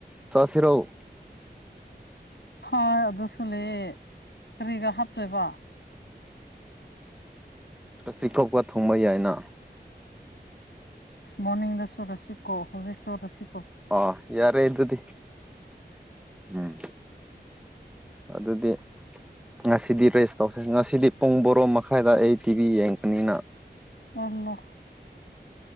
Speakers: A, in the centre; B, on the left (about 75°).
A: ꯆꯁꯤꯔꯥꯎ
B: ꯍꯣꯏ ꯑꯗꯨꯁꯨ ꯂꯩꯌꯦ ꯀꯔꯤꯒ ꯍꯥꯞꯇꯣꯏꯕ
A: ꯆ ꯆꯤꯈꯨꯞꯀ ꯊꯣꯡꯕ ꯌꯥꯏꯅ
B: ꯃꯣꯔꯅꯤꯡꯗꯁꯨ ꯔꯁꯤꯛꯈꯣ ꯍꯧꯖꯤꯛꯁꯨ ꯔꯁꯤꯛꯣ
A: ꯑ ꯌꯥꯔꯦ ꯑꯦꯗꯨꯗꯤ ꯎꯝ ꯑꯗꯨꯗꯤ ꯉꯁꯤꯗꯤ ꯔꯦꯁ ꯇꯧꯁ ꯉꯁꯤꯗꯤ ꯄꯨꯡ ꯕꯣꯔꯣ ꯃꯈꯥꯏꯗ ꯑꯩ ꯇꯤꯚꯤ ꯌꯦꯡꯉꯛꯄꯅꯤꯅ
B: ꯑꯣꯜꯂꯣ